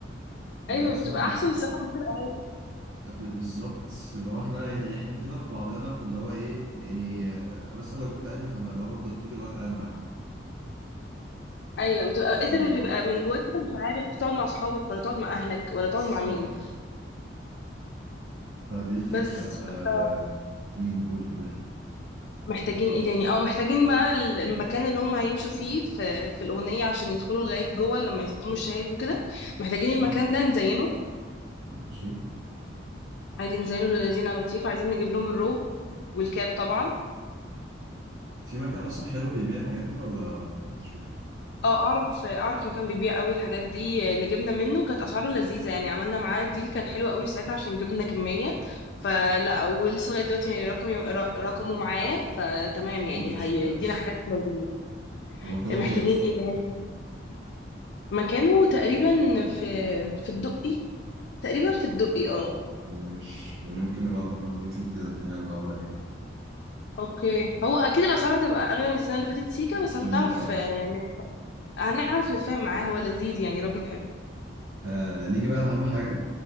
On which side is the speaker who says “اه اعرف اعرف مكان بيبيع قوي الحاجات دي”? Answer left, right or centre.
Left